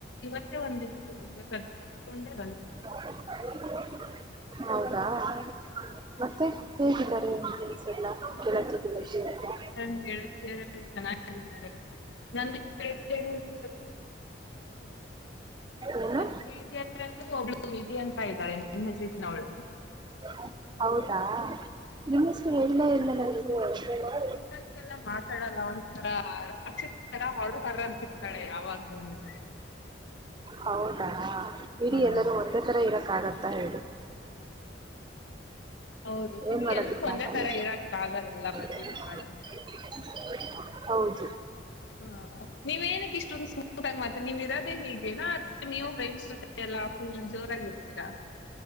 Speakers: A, on the left; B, on the right.
A: ಇವತ್ತೇ ಒಂದಿತ್ತು ಇವತ್ತುಕೊಂಡೆ ಬ
B: <unintelligible> ಹೌದಾ <inaudible> ಮತ್ತೆ. ಕೇಳತಿದ್ದರೆ ಫ್ರೆಂಡ್ಸಯಲ್ಲ ಕೇಳತಿದೆ ರಜೆ ಅಂತಾ
A: ನನ್ನ ಗೆಳತಿಯರು ಯಲ್ಲ ಚೆನ್ನಾಗಿದ್ದಾರೆ ನನ್ನ ಗೆಳತಿಯರು ಇವ್ರು
B: ಏನು
A: ನನ್ನ ಪಿಜಿ ಯಲ್ಲಿ ಒಬ್ಳ ವಿಧಿ ಇದ ಅಂತ ಇದ್ದಳು ಹೆಸರನವಳು
B: <inaudible> ಹೌದಾ ನಿಮ್ಮ ಹೆಸರ ಹೇಳೀಲ್ಲ <unintelligible>
A: ನಡಕ್ಕೆಲ್ಲ ಮಾತಾಡಲ್ಲ ಒಂದ್ಥರ ರಕ್ಷಾತಾರಾ ಹೊರ ಹೊರ ಅತ್ತಿರತಾಳೆ ಯಾವಾಗ್ಲೂನೆ
B: ಹೌದಾ ಇಡೀ
A: ಹಾ
B: ಎಲ್ಲರೂ ಒಂದೇ ತರ ಇರಕ್ಕಾಗಂತ ಹೇಳು
A: ಹೌದು
B: ಏನ್ ಮಾಡೋದಕ್ಕ
A: ಎಲ್ರೂ ಒಂದೇ
B: ಆಗಲ್ಲ
A: ತರ ಇರಕ್ ಆಗಲ್ಲ ಮತ್ತೆ
B: <unintelligible>
A: ಏನ್ ಮಾಡೋದು
B: ಹೌದು.
A: ಹಾ ನೀವೇನಕ್ಕೆ ಇಷ್ಟೊಂದು ಊಟಾಗ ಮತ್ತೆ ನೀವ ಇರೋದೇ ಹೀಗೆನಾ ನೀವು ಫ್ರೆಂಡ್ಸ್ ಜೊತೆ ಎಲ್ಲಾ ಫುಲ್ ಜೋರಾಗಿರ್ತೀರಾ?